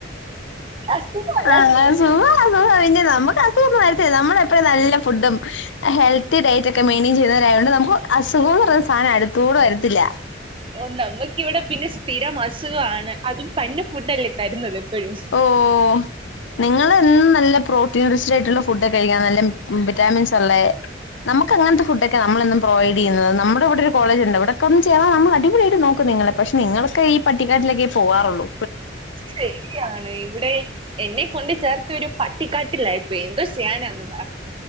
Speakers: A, on the right; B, on the left.
A: അസുഖമല്ല
B: ആഹ്
A: സുഖം.
B: സുഖാണ് സുഖാണ് നമുക്ക് അസുകൊന്നും വരത്തില്ലല്ലോ നമ്മള് എപ്പയും നല്ല ഫുഡും ഹെൽത്തി
A: ഉം.
B: ഡയറ്റ ക്കെ എന്നിവ ചെയ്യുന്നവരായതൊണ്ട് നമുക്ക് അസുഖംന്ന് പറഞ്ഞ സാധനം അടുത്തുടെ വരത്തില്ല
A: ഓ നമ്മക് വിടെ പിന്നെ സ്ഥിരം അസുഖാണ് അതും പന്ന ഫുഡേല്ലേ തരുന്നത് എപ്പഴും
B: ഓഹ് നിങ്ങളെന്നും നല്ല പ്രോട്ടീൻ റിച്ച്ഡായിട്ടുള്ള ഫുഡ് കഴിക്ക്ണ് നല്ല വിറ്റാമിൻസ്ള്ളേ നമുക് അങ്ങനത്തെ ഫുഡക്കെ ക്കെ നമ്മമെന്നും പ്രൊവൈഡയ്യുന്നത് നമ്മുടെ വെടെ രു കോളേജുണ്ട് വെടെക്കോന്ന് ചേർനാ നമ്മളടിപൊളിയായിട്ട് നോക്കും നിങ്ങളെ പക്ഷെ നിങ്ങളൊക്കെ
A: ഉം.
B: ഈ പട്ടിക്കാട്ടിലെക്കെ പോകാറോള്ളൂ
A: ശരിയാണ് ഇവിടെ എന്നെ കൊണ്ട് ചേർത്ത ഒരു പട്ടിക്കാട്ട പട്ടികാട്ടിലായി പോയി എന്തോ ചെയ്യാനാ ന്ന് പറ